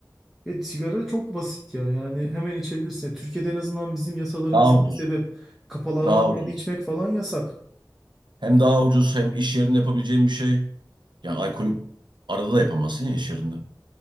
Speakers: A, in the centre; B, on the right (about 85°).
A: Evet, sigara çok basit ya. Yani hemen içebilirsin. Yani Türkiye'de en azından bizim yasalarımızın
B: Daha ucuz.
A: sebep kapalı alanlarda
B: Daha ucuz.
A: içmek falan yasak.
B: Hem daha ucuz hem iş yerinde yapabileceğin bir şey. Yani alkolü arada da yapamazsın ya iş yerinde.